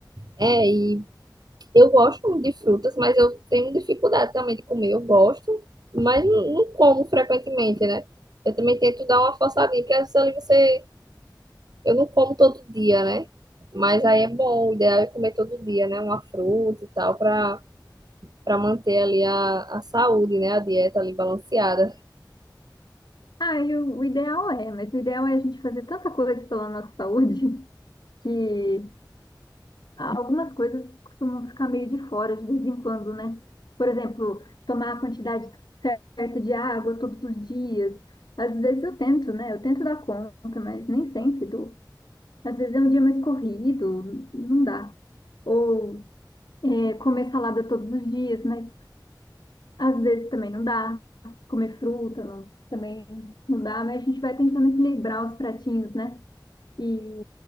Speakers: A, on the right (about 60°); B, on the left (about 65°).
A: É, e Eu gosto muito de frutas, mas eu tenho dificuldade também de comer. Eu gosto, mas não, não como frequentemente, né? Eu também tento dar uma forçadinha, porque às vezes ali você. Eu não como todo dia, né? Mas aí é bom, o ideal é comer todo dia, né? Uma fruta e tal, pra, pra manter ali a, a saúde, né? A dieta ali balanceada.
B: Ah, e o, o ideal é, mas o ideal é a gente fazer tanta coisa pela nossa saúde <laughs> que Ah, Algumas coisas costumam ficar meio de fora de vez em quando, né? Por exemplo, tomar a quantidade certa de água todos os dias. Às vezes eu tento, né? Eu tento dar conta, mas nem sempre dou. Às vezes é um dia mais corrido, não dá. Ou é, comer salada todos os dias, mas às vezes também não dá. Comer fruta não- também não dá, mas a gente vai tentando equilibrar os pratinhos, né? e